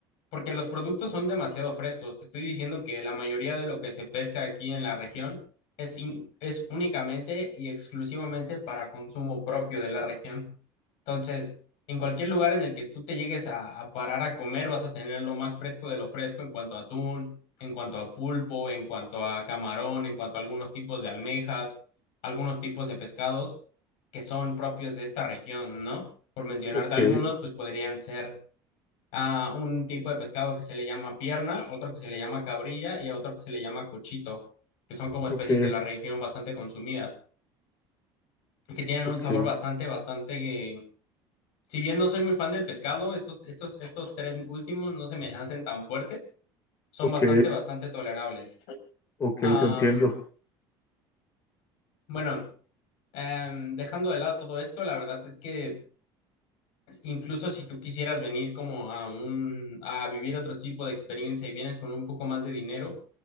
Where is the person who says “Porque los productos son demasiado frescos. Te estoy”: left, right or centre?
Left